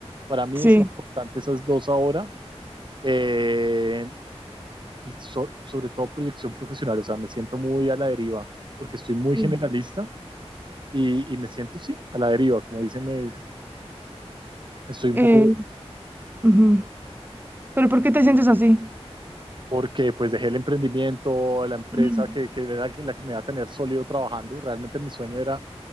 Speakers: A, on the right (about 45°); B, on the right (about 20°).
A: Para mí
B: Sí.
A: es importante esas dos ahora. eh, y so- sobre todo proyección profesional, o sea, me siento muy a la deriva porque estoy muy
B: Sí.
A: generalista y, y me siento, sí, a la deriva, como dicen, me, estoy un
B: Eh,
A: poco
B: ujú. Pero ¿por qué te sientes así?
A: porque pues dejé el emprendimiento, la empresa
B: Ujú,
A: que, que era la que me iba a tener sólido trabajando. Realmente mi sueño era